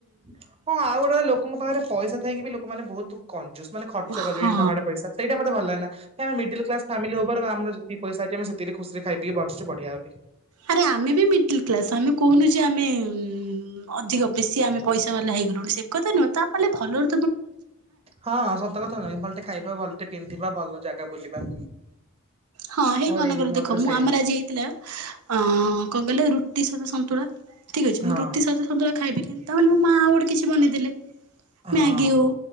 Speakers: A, on the right (about 25°); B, on the right (about 85°).
A: ହଁ, ଆଉ ଗୋଟେ ଲୋକଙ୍କ ପାଖରେ ପଇସା ଥଇକି ବି ଲୋକମାନେ ବହୁତ <unintelligible> ଯୋଉ ସବୁମାନେ ଖର୍ଚ୍ଚ
B: ହଁ
A: କରିବେନି ଟଙ୍କାଟା ପଇସା ସେଇଟା ମତେ ଭଲ ଲାଗେନା । ଆମେ ମିଡିିଲ୍ କ୍ଲାସ ଫାମିଲି ଉପର ଆମର ଯେତିକି ପଇସା ଅଛି ଆମେ ସେତ ସେତିକି ଖୁସିରେ ଖାଇ ପିଇକି ବଞ୍ଚିଛୁ ବଢ଼ିଆ ଭାବେ।
B: ଆରେ ଆମେ ବି ମିଡିଲ କ୍ଲାସ ଆମେ କହୁନୁ ଯେ ଆମେ ଉଁ ଅଧିକ ବେଶି ଆମେ ପଇସା ବାଲା ହେଇଗଲୁଣି ସେ କଥା ନୁହଁ ତାପାଳେ ଭଲରୁ
A: ହଁ ସତ କଥା ନାଇ ଭଲଟା ଖାଇବା ଭଲ ଟେ ପିନ୍ଧିବା ଭଲ ଜାଗା ବୁଲିବା,
B: ହଁ ହେଇ
A: ମୋର
B: ମନେକର
A: ଏଇ ମତରେ
B: ଦେଖ ମୁଁ
A: ସେ
B: ଆମର ଆଜି ହେଇଥିଲା ଆଁ କଣ କହିଲ ରୁଟି ସହିତ ସନ୍ତୁଳା ଠିକ ଅଛି
A: ହଁ
B: ମୁଁ ରୁଟି ସହିତ ସନ୍ତୁଳା ଖାଇପରିବିନି ତା ବୋଲି ମୋ ମା ଆଉ ଗୋଟେ କିଛି। ବନେଇଦଲେ ।
A: ହଁ।
B: ମ୍ୟାଗି ହଉ